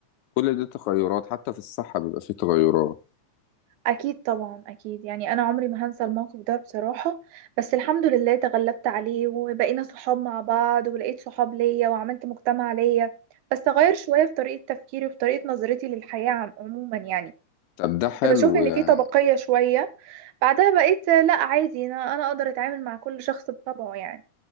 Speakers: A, on the left; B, on the right.
A: كل دي تغيرات حتى في الصحة بيبقى فيه تغيرات
B: أكيد طبعا أكيد يعني أنا عمري ما هنسى الموقف ده بصراحة بس الحمد لله تغلبت عليه وبقينا صحاب مع بعض ولقيت صحاب ليا وعملت مجتمع ليا بس غير شوية في طريقة تفكيري وفي طريقة نظرتي للحياة عم- عموما يعني
A: طب ده حلو
B: كنت بشوف إن
A: يعني
B: في طبقية شوية بعدها بقيت آه، لأ عادي أنا أنا أقدر أتعامل مع كل شخص بطبعه يعني